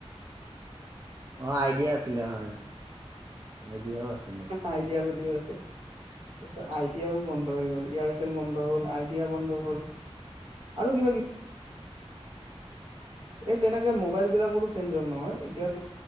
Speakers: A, on the right; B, on the right.
A: অ', ইডিয়া আছিলে হয় আইডিয়াও আছিলে
B: আইডিয়া বুলিও আছিল তাৰিছত আইডিয়াও বন্ধ হৈ গ'ল, এয়াৰচেল বন্ধ হ'ল আই বিয়া বন্ধ হ'ল আৰু কিবা-কিবি তেনেকে মোবাইল বিলাকো চেঞ্জ হ'ল নহয় এতিয়াাৰ